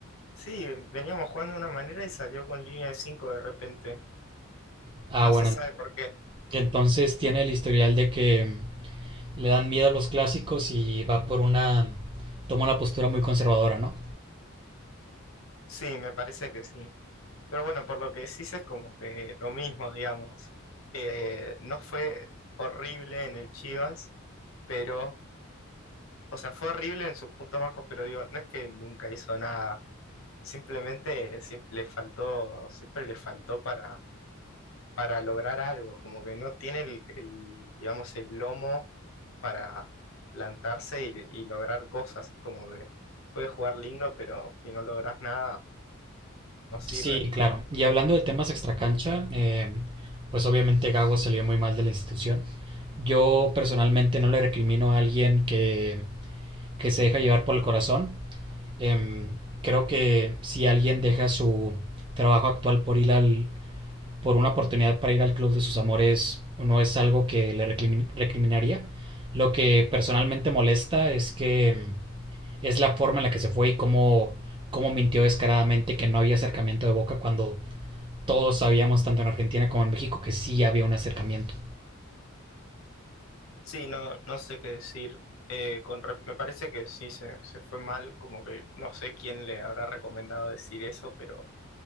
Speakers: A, on the left (about 75°); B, on the right (about 25°).
A: sí, veníamos jugando de una manera y salió con línea de cinco de repente.
B: Ah,
A: No
B: bueno,
A: se sabe por qué.
B: entonces tiene el historial de que le dan miedo a los clásicos y va por una... toma una postura muy conservadora, ¿no?
A: Sí, me parece que sí. Pero bueno, por lo que decís es como que lo mismo, digamos. Eh, no fue horrible en el Chivas, pero, o sea, fue horrible en sus puntos bajos, pero digo, no es que nunca hizo nada. Simplemente siempre le faltó, siempre le faltó para, para lograr algo. Como que no tiene el, el, digamos, el lomo para plantarse y, y lograr cosas. Como que puedes jugar lindo, pero si no logras nada, no sirve.
B: Sí, claro. Y hablando de temas extracancha, eh, pues obviamente Gago salió muy mal de la institución. Yo personalmente no le recrimino a alguien que, que se deja llevar por el corazón. Em, creo que si alguien deja su trabajo actual por ir al, por una oportunidad para ir al club de sus amores, no es algo que le recrimi- recriminaría. Lo que personalmente molesta es que em, es la forma en la que se fue y cómo, cómo mintió descaradamente que no había acercamiento de Boca cuando todos sabíamos, tanto en Argentina como en México, que sí había un acercamiento.
A: Sí, no, no sé qué decir. Eh, con re- me parece que sí, se, se fue mal, como que no sé quién le habrá recomendado decir eso, pero,